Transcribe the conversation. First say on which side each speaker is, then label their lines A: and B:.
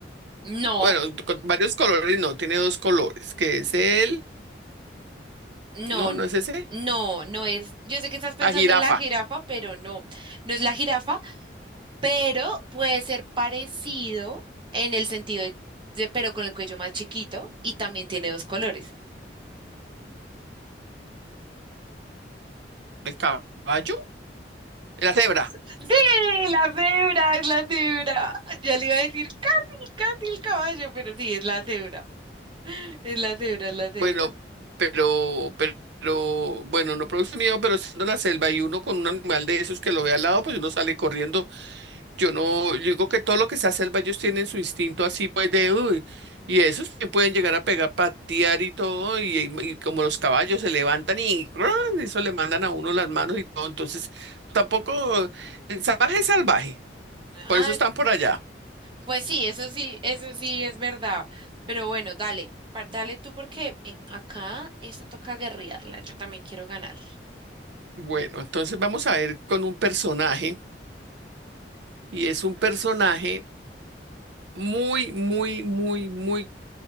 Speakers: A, on the right; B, on the right.
A: no.
B: Bueno, con varios colores, no, tiene dos colores, que es el,
A: No,
B: no,
A: n-
B: no es ese,
A: no, no es. Yo sé que estás pensando
B: la jirafa,
A: en la jirafa, pero no, no es la jirafa, pero puede ser parecido en el sentido de, de- pero con el cuello más chiquito y también tiene dos colores.
B: el caballo, la cebra.
A: Sí, la cebra, es la cebra. Ya le iba a decir casi, casi el caballo, pero sí, es la cebra. <laughs> Es la cebra, es la cebra.
B: Bueno, pero, pero, pero, bueno, no produce miedo, pero estando en la selva y uno con un animal de esos que lo ve al lado, pues uno sale corriendo. Yo no, yo digo que todo lo que sea selva, ellos tienen su instinto así, pues de, uy, y esos que pueden llegar a pegar, patear y todo, y, y y como los caballos se levantan y ¡cruan! eso le mandan a uno las manos y todo. Entonces, tampoco, el salvaje es salvaje,
A: Ay,
B: por eso están por allá.
A: Pues sí, eso sí, eso sí es verdad. Pero bueno, dale, pa- dale tú porque eh, acá esto toca guerrearla. Yo también quiero ganar.
B: Bueno, entonces vamos a ver con un personaje, y es un personaje muy, muy, muy, muy,